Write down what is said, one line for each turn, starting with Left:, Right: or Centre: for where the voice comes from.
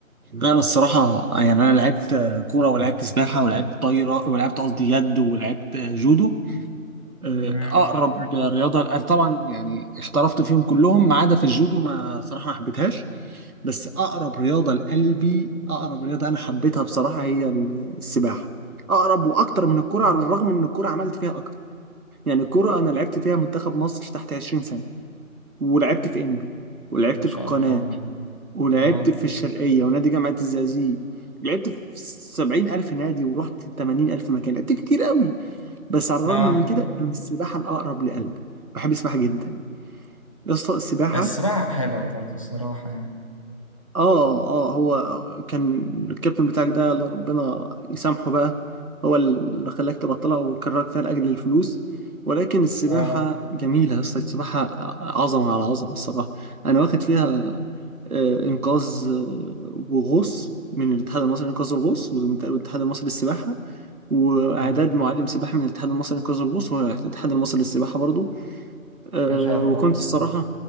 Right: لا انا الصراحه يعني انا لعبت آه، كوره ولعبت سباحه ولعبت طايره ولعبت قصدي يد ولعبت آه، جودو آه،
Left: مم.
Right: اقرب رياضه لأ، طبعا يعني احترفت فيهم كلهم ما عدا في الجودو ما صراحه ما حبيتهاش بس اقرب رياضه لقلبي اقرب رياضه انا حبيتها بصراحه هي السباحه اقرب واكتر من الكوره على الرغم ان الكوره عملت فيها اكتر يعني الكوره انا لعبت فيها منتخب مصر تحت 20 سنه ولعبت في انبي ولعبت
Left: ما شاء
Right: في القناه
Left: الله
Right: ولعبت
Left: اه
Right: في الشرقية ونادي جامعة الزقازيق لعبت في سبعين ألف نادي ورحت تمانين ألف مكان لعبت كتير قوي بس على الرغم
Left: اه
Right: من كده إن السباحة الأقرب لقلبي بحب السباحة جدا يا اسطى السباحة
Left: السباحة حلوة برضه الصراحة يعني
Right: آه آه هو كان الكابتن بتاعك ده الله ربنا يسامحه بقى هو اللي خلاك تبطلها وكرهك فيها لأجل الفلوس ولكن السباحة
Left: اه
Right: جميلة يا اسطى السباحة عظمة على عظمة الصراحة أنا واخد فيها آه، انقاذ آه، وغوص من الاتحاد المصري لانقاذ الغوص والاتحاد المصري للسباحه واعداد
Left: اه
Right: معلم سباحه من الاتحاد المصري لانقاذ الغوص والاتحاد المصري للسباحه برضو آه،
Left: ما شاء الله
Right: وكنت
Left: والله
Right: الصراحه